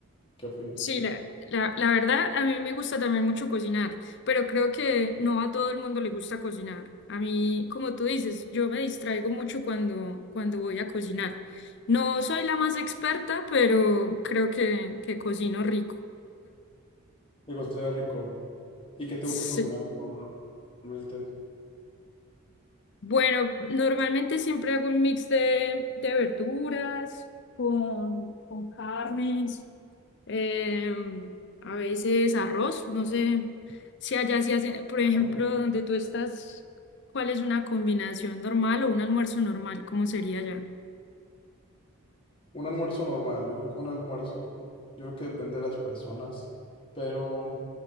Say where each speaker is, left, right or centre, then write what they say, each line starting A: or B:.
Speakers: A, on the left; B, on the left.
A: ¿qué opinas?
B: Sí, la, la, la verdad, a mí me gusta también mucho cocinar, pero creo que no a todo el mundo le gusta cocinar. A mí, como tú dices, yo me distraigo mucho cuando, cuando voy a cocinar. No soy la más experta, pero creo que, que cocino rico.
A: Digo, cocinar es rico. ¿Y qué te
B: Sí.
A: gusta cocinar normalmente?
B: Bueno, normalmente siempre hago un mix de, de verduras con, con carnes. eh, a veces arroz, no sé si allá se hace, por ejemplo,
A: Arroz.
B: donde tú estás, ¿cuál es una combinación normal o un almuerzo normal? ¿Cómo sería allá?
A: Un almuerzo normal, yo creo que un almuerzo, yo creo que depende de las personas, pero